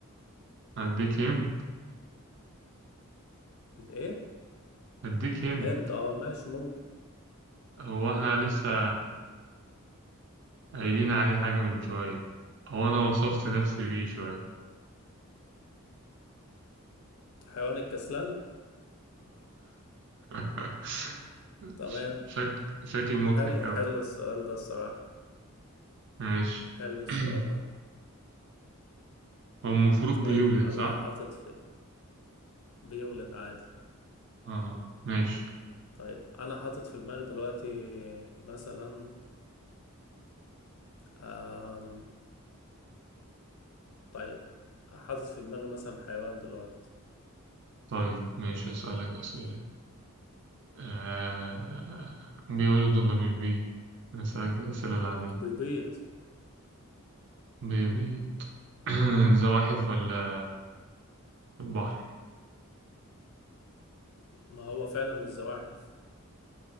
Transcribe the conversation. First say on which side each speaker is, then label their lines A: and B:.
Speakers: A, on the right; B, on the left.
A: هديك هنت
B: الايه
A: هديك هنت
B: هند اه ماشي ممكن
A: هو احنا لسه قايلين عليه حاجة من شوية هو أنا وصفت نفسي بيه شوية
B: حيوان الكسلان
A: <laughs>
B: تمام
A: ش- شك... شكل مضحك
B: حلو
A: أوي
B: حلو السؤال ده الصراحة
A: ماشي <clears throat>
B: حلو السؤال ده
A: هو المفروض
B: طيب
A: بيولد
B: انا
A: صح؟
B: حاطط في بيولد عادي
A: اه ماشي
B: طيب انا حاطط في دماغي دلوقتي مثلا آم... طيب حاطط في دماغي مثلا حيوان دلوقتي
A: طيب ماشي هسألك أسئلة آه... بيولد ولا بيبيض؟ هسألك الأسئلة العادية
B: بيبيض
A: بيبيض <clears throat> زواحف ولا البحر؟
B: ما هو فعلا من الزواحف